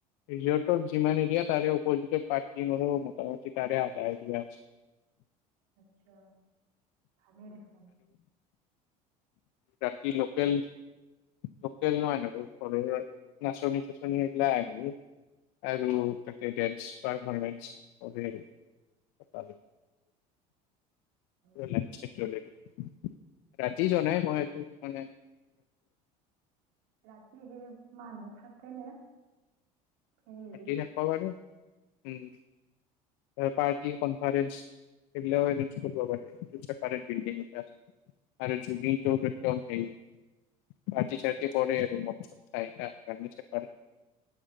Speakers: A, on the left; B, on the right.
A: ৰিজওটত, যিমান এৰিয়া তাৰে অপজিত ত পাৰ্কিং আৰু মোটামি তাৰে আধা এৰিয়া আছে।
B: আত্ছা, ভালে দেখোন।
A: বাকী লোকেল লোকেল নহয় আৰু। ঘৰৰ নাচনি চাচনি এইবিলা আহিব আৰু তাতে ডেনছ্ পাৰফৰ্মেঞ্চ <unintelligible> পোৰা
B: উম,
A: লাইট চাইট জলাই দেই ৰাতি যোৱা নাই মই তো। হই নাই
B: ৰাতি সেই মানুহ থাকে নে। সেই হেৰিত
A: থাকি ৰাখিব পাৰো উম, পাৰ্কিং কনফাৰেন্স সেইবিলাক এইঞ্জ কৰিব লাগে চেপাৰেত বিল্ডিং এক, আৰু যৈবিঙ একদম হ <unintelligible> পাৰ্টি-চাৰট কি কৰে আৰু মত চত কাৰিকা <unintelligible>